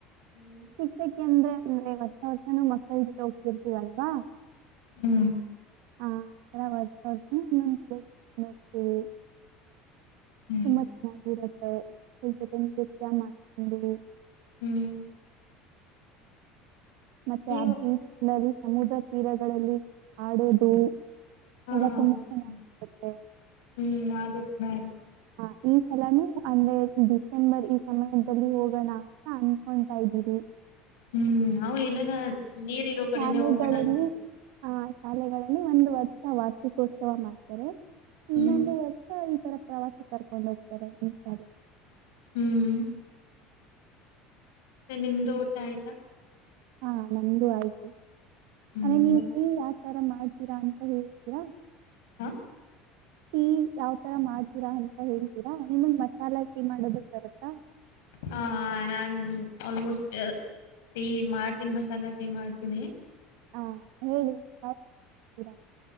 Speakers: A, on the left; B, on the right.
A: ಹ್ಮ್
B: ಶಿಕ್ಷಕಿ ಅಂದ್ರೆ ಅಂದ್ರೆ ವರ್ಷ ವರ್ಷನೂ ಮಕ್ಕಳ ಜೊತೆ ಹೋಗ್ತಿರ್ತೀವಲ್ವಾ.
A: ಹ್ಮ್
B: <unintelligible>
A: ಹ್ಮ್
B: ತುಂಬಾ ಚೆನ್ನಾಗಿರುತ್ತೆ ಮಕ್ಕಳ್ ಜೊತೆ ನೃತ್ಯ ಮಾಡ್ಕೊಂಡು.
A: ಹ್ಮ್.
B: ಮತ್ತೆ
A: ನೀವು
B: ಆ ಬೀಚ್ನಲ್ಲಿ ಸಮುದ್ರ ತೀರಗಳಲ್ಲಿ ಆಡೋದು.
A: <unintelligible>
B: ಎಲ್ಲ ತುಂಬಾ ಚೆನ್ನಾಗಿರುತ್ತೆ ಹ ಈ ಸಲನು ಅಂದ್ರೆ ಡಿಸೆಂಬರ್ ಈ ಸಮಯದಲ್ಲಿ ಹೋಗೋಣ. ಅಂತ ಅನ್ಕೊತಾ ಇದೀರಿ.
A: ಹ್ಮ್ ನವು ಎಲ್ಲನ ನೀರ್ ಇರೋ ಕಡೆನೆೇ
B: ಶಾಲೆಗಳಲ್ಲಿ
A: ಹೋಗೋಣ ಅಂತ.
B: ಆ ಶಾಲೆಗಳಲ್ಲಿ ಒಂದು ವರ್ಷ ವಾರ್ಷಿಕೋತ್ಸವ ಮಾಡ್ತಾರೆ. ಇನ್ನೊಂದು
A: ಹ್ಮ್
B: ವರ್ ರ್ಷ ಈ ತರ ಪ್ರವಾಸ ಕರ್ಕೊಂಡು ಹೋಗ್ತಾರೆ. ಒಂದ್ಸರಿ
A: ಹ್ಮ್ ಮತ್ತೆ ನಿಮ್ದು ಊಟ ಆಯ್ತಾ.
B: ಹಾ ನಮ್ದು ಆಯ್ತು
A: ಹ್ಮ್
B: ಅಂದೆ ನೀವು
A: ಮತ್
B: ಯಾವ್ತರ ಮಾಡ್ತೀರಾ ಅಂತ ಹೇಳ್ತೀರಾ.
A: ಹ
B: ಟೀ ಯಾವ್ ತರ ಮಾಡ್ತೀರಾ ಅಂತ ಹೇಳ್ತೀರಾ ನಿಮಗ್ ಮಸಾಲಾ ಟೀ ಮಾಡೋದಕ್ ಬರುತ್ತಾ.
A: ಹಾ ನಾನ್ ಆಲ್ಮೋಸ್ಟ್ ಟೀ ಮಾಡ್ತೀನಿ ಮಸಾಲಾ ಟೀ ಮಾಡ್ತೀನಿ.
B: ಆ, ಹೇಳಿ. ಯಾವ ತರ ಮಾಡ್ತೀರಾ